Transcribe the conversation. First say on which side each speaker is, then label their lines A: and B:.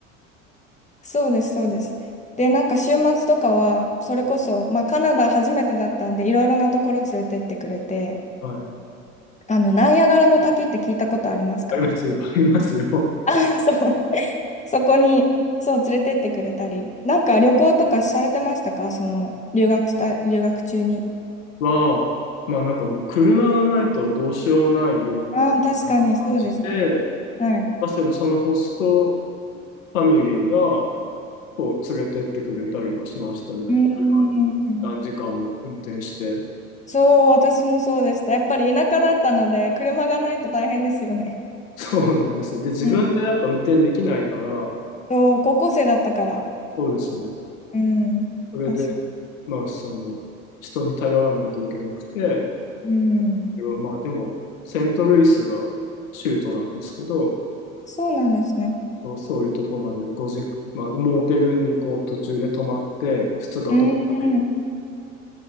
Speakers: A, on the left; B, on the left.
A: そうです、そうです。で、なんか週末とかは、それこそ、まあカナダ初めてだったんで、いろいろなところ連れてってくれて、
B: な、はい。
A: あの、ナイアガラの滝って聞いたことありますか
B: ありますよ、ありますよ。
A: <laughs> あ、そう。そこに、そう、連れてってくれたり。なんか旅行とかされてましたかその、留学した、留学中に。
B: は、まあなんかもう車がないとどうしようもないよう
A: ああ、確かに、
B: な感じで、
A: そうですね。はい。
B: まあ、でもそのホストファミリーが、こう、連れてってくれたりはしましたね。
A: うーん。
B: 車で何時間も運転して。
A: そう、私もそうでした。やっぱり田舎だったので、車がないと大変ですよね。
B: <laughs> そうなんですよ。で、自分でやっぱ運転できないから、
A: うん。そう、高校生だったから。
B: そうですね。
A: うん。
B: それで、
A: 確か
B: まあ、その、人に頼らないといけなくて、
A: うん。
B: まあ、でも、セントルイスが州都なんですけど、
A: そうなんですね。
B: そう、そういうとこまで5時、まあ、モーテルにこう途中で泊まって、2日とかかけて
A: うん。